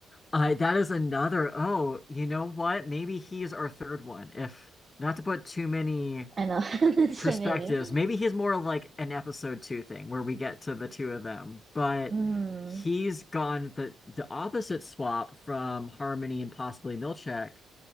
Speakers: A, on the left; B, on the right.
A: I that is another oh, you know what? Maybe he's our third one. If not to put too many
B: I know <laughs> there's
A: perspectives,
B: too many.
A: maybe he's more like an episode two thing where we get to the two of them, but
B: Mm,
A: he's gone the the opposite swap from Harmony and possibly Milchek